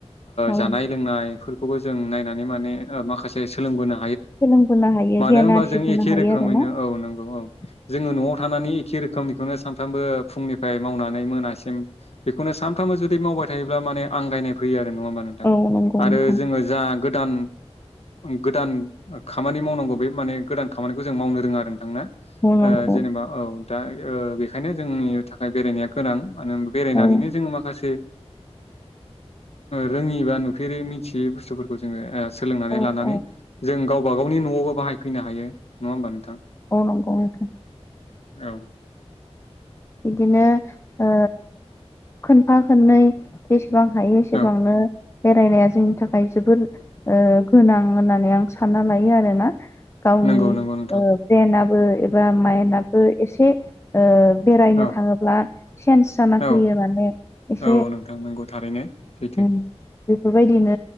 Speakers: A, on the left (about 25°); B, on the left (about 65°).
A: औ
B: जानाय लोंनायफोरखौबो जों नायनानै माने माखासे सोलोंबोना
A: सोलोंबोनो हायो।
B: मानो
A: गियान
B: होनबा
A: आरजिबोनो
B: जों एखे
A: हायो
B: रोखोमैनो
A: आरोना
B: औ नंगौ औ जोङो। न'आव थानानै एखे रोखोमनिखौनो सामफ्राबो फुंनिफ्राय मावनानै मोनासिम बेनो सामफ्राबो जुदि मावबाय थायोब्ला माने आंगायनाय फैयो आरो नङा होमबा नोंथां
A: औ नंगौ
B: आरो
A: नोंथां
B: जोङो जा गोदान गोदान खामानि मावनांगौ बे माने गोदान खामानिखौ जों मावनो रोङा आरो नोंथां।
A: औ नंगौ
B: जेनेबा औ दा बेखायनो जोंनि थाखाय बेरायनाया गोनां। मानो होन बेरायनानैनो
A: औ
B: जोङो माखासे रोङि बा नुफेरै मिथियै बुस्थुफोरखौ जोङो। सोलोंनानै
A: औ
B: लानानै
A: औ
B: जों गावबा गावनि न'आवबो बाहायफैनो हायो नङा होमबा नोंथां।
A: अ नांगौ औ।
B: औ
A: बिदिनो ओ खोनफा खननै बेस बेसेबां हायो एसेबांनो,
B: औ
A: बेरायनाया जोंनि थाखाय जोबोद ओ गोनां होननानै आं सानना लायो आरोना? गावनि
B: नंगौ नंगौ नोंथां
A: ओ ब्रेनाबो एबा मायेनाबो एसे ओ बेरायनो
B: औ
A: थाङोब्ला चेन्ज जाना
B: औ
A: फैयो माने एसे,
B: औ नोंथां नंगौ थारैनो सैथो
A: उम बेफोरबायदिनो